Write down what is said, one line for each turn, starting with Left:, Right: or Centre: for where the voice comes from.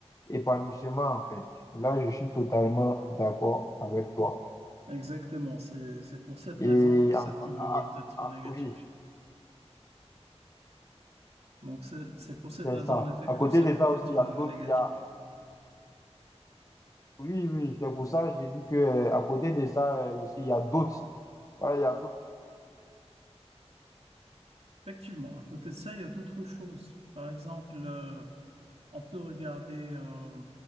Left: épanouissement, en fait. Là, je suis totalement d'accord avec toi.
Right: Exactement, c'est, c'est pour cette
Left: Et
Right: raison que ça
Left: en-
Right: peut
Left: ah,
Right: être
Left: ah,
Right: négatif.
Left: oui.
Right: Donc, c'est c'est pour cette
Left: C'est
Right: raison,
Left: ça.
Right: en effet,
Left: À
Right: que
Left: côté
Right: ça
Left: de
Right: peut
Left: ça
Right: être
Left: aussi, il y a
Right: euh,
Left: d'autres.
Right: négatif.
Left: Il y a... Oui, oui, c'est pour ça que j'ai dit que euh, à côté de ça euh, aussi, il y a d'autres. Voilà, il y a d'autres.
Right: Effectivement, à côté de ça, il y a d'autres choses. Par exemple, euh, on peut regarder, euh,